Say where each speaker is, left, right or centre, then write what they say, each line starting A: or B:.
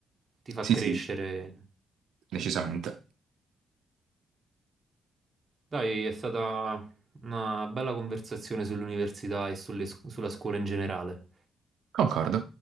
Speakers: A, on the right; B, on the right.
A: ti fa
B: sì,
A: crescere.
B: sì, decisamente.
A: Dai, è stata una bella conversazione sull'università e sulle scu- sulla scuola in generale.
B: Concordo.